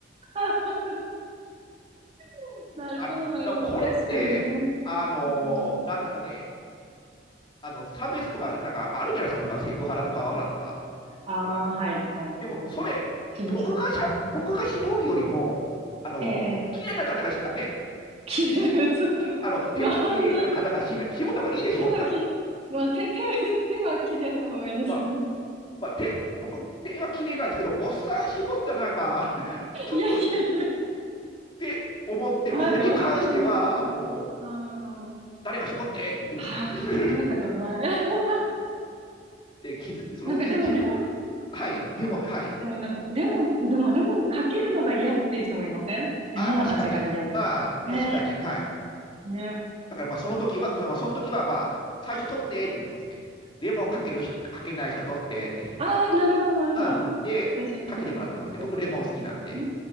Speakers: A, on the right; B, on the left.
A: あ、<laughs> なるほど、
B: あの、だからこれって、
A: なるほど。確かにね。
B: あのーなんですかね、
A: うん。
B: あの、差別とか、なんかあるじゃないですか、今、セクハラとパワハラとか。
A: ああ、
B: なんか
A: はい、はい、
B: でも、
A: はい。
B: それ、
A: 厳しい。
B: 僕がしゃ、
A: うんうん
B: 僕が絞るよりも、あの、
A: ええ、ええ。
B: 綺麗な方がし、あね、
A: きれい、そう。
B: あの、
A: <laughs>
B: 手も綺麗な方がしべ絞った方がいいでしょだ
A: まあ、なん手のき、まあ、手、手、手は綺麗な方がいいですね。
B: まあ、まあ、手、僕、手は綺麗なんですけど、おっさん絞ったらなんか、
A: <laughs>
B: ちょっとっ
A: いやいやいや。
B: て思って、
A: まあ、
B: これに関しては、
A: どうなんでしょう。
B: もう、
A: あ
B: 誰が絞ってって言ってますね。
A: あ、ああ、
B: <laughs>
A: 考えたことない。<laughs>
B: で、気づ、そういうき、
A: なんかでもレ
B: はい、
A: モン、
B: レモンで、
A: はい。
B: はい。
A: でもなんか、レモン、でもレモンかけるのが嫌っていう人もいませんレモン味が嫌。
B: ああ、確かに。ああ、
A: ね
B: 確かに。はい。
A: ね。
B: だから、まあ、その時は、まあ、その時は、まあ、最初取ってって言ってますね。レモンかけるかけない人取ってって。
A: ああ、なるほど、なるほど。
B: ああ、で、
A: 最初にちょっと思って。
B: かけてもらってますね。僕、レモン好きなんで。
A: うん。